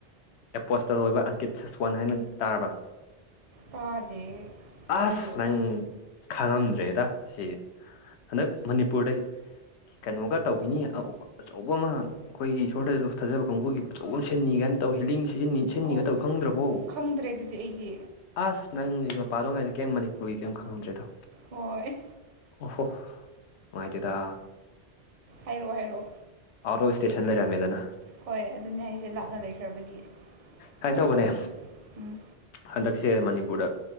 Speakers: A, on the left (about 85°); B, on the right (about 55°).
A: ꯑꯦꯄꯣꯁꯇꯜ ꯑꯣꯏꯕ ꯑꯪꯀꯤꯠ ꯁꯁꯋꯥꯟ ꯍꯥꯏꯅ ꯇꯥꯔꯕ
B: ꯇꯥꯗꯦ ꯀꯔꯤ
A: ꯑꯁ
B: ꯑꯣꯏ
A: ꯅꯪ ꯈꯥꯡꯉꯝꯗ꯭ꯔꯦꯗ ꯁꯤ ꯍꯟꯗꯛ ꯃꯅꯤꯄꯨꯔꯗꯩ ꯀꯩꯅꯣꯒ ꯇꯧꯕꯤꯅꯤ ꯑꯆꯧꯕ ꯑꯃ ꯑꯩꯈꯣꯏꯒꯤ ꯏꯁꯣꯔꯗꯁꯨ ꯐꯥꯖꯕ ꯀꯥꯡꯕꯨꯒꯤ ꯑꯆꯧꯕ ꯑꯃ ꯁꯤꯅꯤ ꯀꯥꯏꯅ ꯇꯧ ꯍꯤꯂꯤꯡ ꯁꯤꯖꯤꯟꯅꯅꯤ ꯁꯤꯟꯅꯤꯒ
B: ꯑꯣ
A: ꯇꯧ ꯈꯪꯗ꯭ꯔꯕꯣ
B: ꯈꯪꯗ꯭ꯔꯦ ꯑꯗꯨꯗꯤ ꯑꯩꯗꯤ
A: ꯑꯁ ꯅꯪꯒꯤ ꯃꯄꯗꯣꯝ ꯂꯩꯩꯅꯅꯤ ꯀꯩ ꯃꯅꯤꯄꯨꯔꯒꯤ ꯀꯩꯝ ꯈꯪꯉꯝꯗ꯭ꯔꯦꯗꯣ
B: ꯍꯣꯏ
A: ꯑꯣ ꯍꯣ ꯅꯨꯡꯉꯥꯏꯇꯦꯗ
B: ꯍꯥꯏꯔꯣꯑꯣ ꯍꯥꯏꯔꯣꯑꯣ
A: ꯑꯔꯣ ꯏꯁꯇꯦꯁꯟ ꯂꯩꯔꯃꯦꯗꯅ
B: ꯍꯣꯏ ꯑꯗꯨꯅꯤ ꯑꯩꯁꯦ ꯂꯥꯞꯅ ꯂꯩꯈ꯭ꯔꯕꯒꯤ
A: ꯁꯨꯃꯥꯏꯅ
B: ꯀꯝ
A: ꯇꯧꯕꯅꯦ
B: ꯈꯪꯗ꯭ꯔꯦ ꯎꯝ
A: ꯍꯟꯗꯛꯁꯦ ꯃꯅꯤꯄꯨꯔꯗ